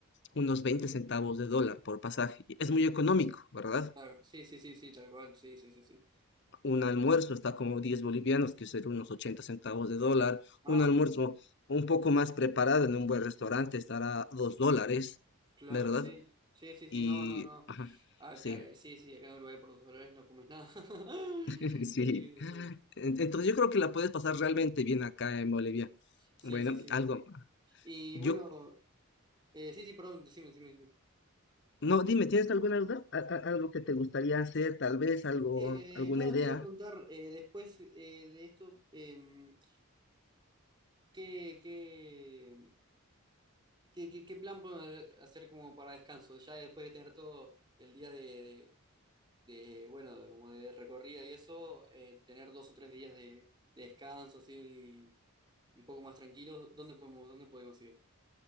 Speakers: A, on the left; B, on the right.
A: unos 20 centavos de dólar por pasaje. Y Es muy económico, ¿verdad?
B: Claro, sí, sí, sí, sí, tal cual, sí, sí, sí, sí.
A: Un almuerzo está como 10 bolivianos, que sería unos 80 centavos de dólar.
B: Ah,
A: Un almuerzo un poco más preparado en un buen restaurante estará a 2 dólares,
B: Claro,
A: ¿verdad?
B: sí. Sí, sí, sí,
A: Y,
B: no, no, no.
A: ajá,
B: Acá,
A: sí.
B: eh, sí, sí, acá en Uruguay por los dólares no comes nada. <laughs>
A: <laughs> Sí.
B: Así que sí, sí.
A: En- Entonces yo creo que la puedes pasar realmente bien acá en Bolivia.
B: Sí,
A: Bueno,
B: sí, sí,
A: algo.
B: sí. Y
A: Yo,
B: bueno, eh, sí, sí, perdón, decime, decime, decime.
A: no, dime, ¿tienes alguna duda? A- a- algo que te gustaría hacer, tal vez, algo,
B: Eh,
A: alguna
B: no,
A: idea.
B: te iba a preguntar, eh, después eh, de esto, em, ¿qué, qué, qué, qué- qué plan podemos hacer como para descanso? Ya después de tener todo el día de, de, bueno, como de recorrida y eso, eh, tener dos o tres días de, de descanso, así, un poco más tranquilos, ¿dónde podemos, dónde podemos ir?